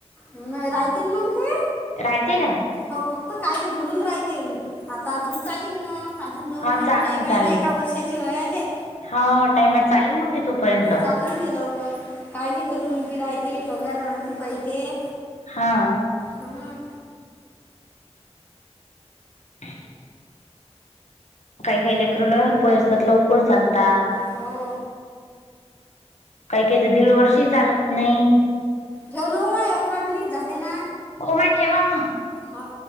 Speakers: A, on the left; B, on the left.
A: मग राहतील मग ते.
B: राहतेय काय.
A: हो फक्त कायले धरून राहते आता अजून चालेल नाग. अजून दोन
B: हा
A: महिने
B: चालेल
A: टाईम आहे
B: चालेल
A: ना एका वर्षाची वय आले.
B: हा टाइम आहे चालेल मग त तोपर्यंत.
A: तचालीम केलं हो का. कायली धरून उभी राहते टोंग्याना म्हणून पहतेे.
B: हां
A: हां
B: ह <inaudible> काही काही लेकरू हर पोय असतात लवकर चालतात
A: हो
B: काही काही तर दीड वर्ष चालत नाही.
A: ठेव नऊ अकरा मिनिट झाले ना.
B: मा ठेव म.
A: हा.